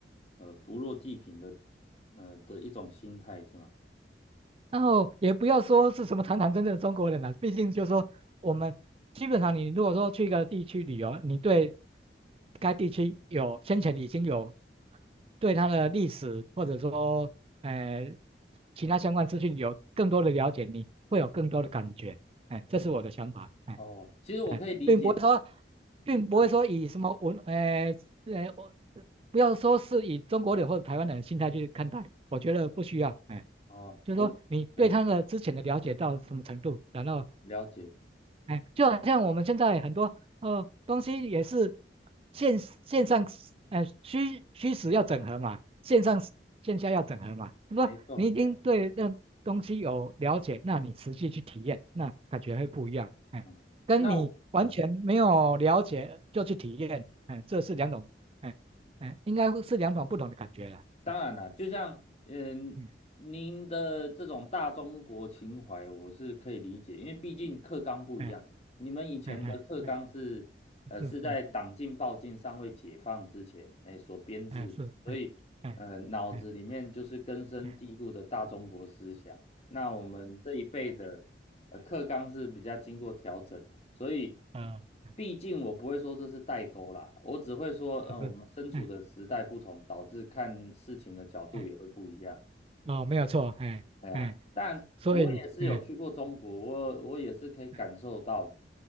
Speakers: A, on the left; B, on the right.
A: 呃，扶弱济贫的，呃的一种心态是吗？
B: 然后也不要说是什么堂堂正正的中国人了，毕竟就是说我们基本上你如果说去一个地区旅游，你对该地区有先前已经有对它的历史或者说呃其他相关资讯有更多的了解，你会有更多的感觉，哎，这是我的想法，哎。
A: 哦，其实我可以理解，
B: 哎，并不会说，并不会说以什么文，
A: 嗯，
B: 呃，呃，我不要说是以中国人或者台湾人的心态去看待，我觉得不需要，哎，
A: 哦，
B: 就是说你对他的之前的了解到什么程度，
A: 我，嗯，
B: 然后
A: 了解，
B: 哎，就好像我们现在很多呃东西也是线线上，哎虚虚实要整合嘛，线上线下要整合嘛。就说你已经对那东西有了解，
A: 没错，哎，
B: 那你实际去体验，那感觉会不一样。哎，
A: 嗯，
B: 跟你完全没有了解就去体验，
A: 那我，哎。
B: 哎，这是两种，哎哎，应该是两种不同的感觉了。
A: 当然了，
B: 嗯
A: 就像嗯，
B: 嗯，
A: 您的这种大中国情怀，我是可以理解，因为毕竟课纲不一样。
B: 哎
A: 你们以前的课纲是，
B: 哎哎哎，
A: 呃，
B: 是哎
A: 是在党禁、报禁尚未解放之前，哎，所编制的，
B: 哎是哎哎哎，
A: 所以，呃，脑子里面就是根深蒂固的大中国思想。
B: <laughs> 哎
A: 那我们这一辈的呃课纲是比较经过调整的，所以
B: 嗯。<laughs>
A: 毕竟我不会说这是代沟啦，我只会说，
B: 是是，
A: 嗯、我们身处的时代不同，
B: 嗯
A: 导致看事情的角度也会不一样。
B: 嗯，哦，没有错，哎哎，
A: 对啊，但我也是有去过中国，
B: 所以，嗯
A: 我我也是可以感受到
B: 嗯